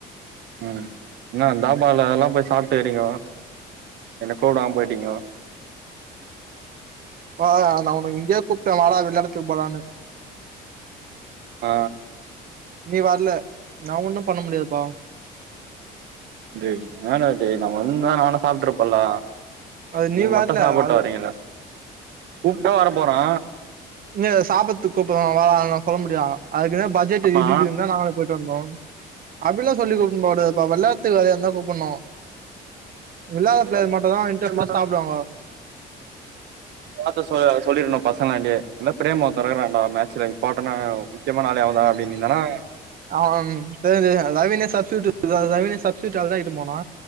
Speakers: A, on the right (about 70°); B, on the right (about 55°).
A: ம் என்ன தாபால எல்லா போய் சாப்ட்டு வரீங்கோ என்ன கூப்டாம போயி ரிங்கோ
B: ஆ நா உன இங்கயே கூப்டே வாடா வெள்ளைடத்து போலானு
A: ஆ
B: நீ வரல நா ஒண்ணும் பண்ண முடியாதுப்பா
A: டேய் என்னாடா டேய் நம்ம வந்துந்தா நானு சாப்பிட்ருப்பேல
B: அது
A: நீ மட்டு
B: வரல
A: சாப்பிட்டு
B: அது
A: வரீங்கள கூப்ட்டா வர போறே
B: இங்க சாப்பறதுக்கு கூப்புடுறா வாடா நா சொல்ல முடியா அதுக்குதா பட்ஜெட்
A: ஆமா
B: இடிக்குதுந்தா நாங்களே போயிட்டு வந்தோ அப்டிலா சொல்லி கூப்னு போகூடாதுப்பா வெளாத்துக்கு வரியானுதா கூப்பனு விளாட்ற
A: நீ
B: ப்ளேயர்
A: வந்து
B: மட்டும்தா இன்ட்ரெஸ்ட்டா
A: இது
B: சாப்டுவாங்க
A: வார்த்த சொ சொல்லிரணு பசங்கள்ட்டயே இதுமாரி ப்ரேம்னு ஒருத்தே இருகுறாண்டா மேட்ச்ல இம்பார்டனா முக்கியமான ஆளு அவந்தா அப்டின்னனா
B: ஆம் தெரியு தெரியு ரவினு சப்டூட் <inaudible> ரவினு சப்டூட் ஆளதா இட்டுனு போனோ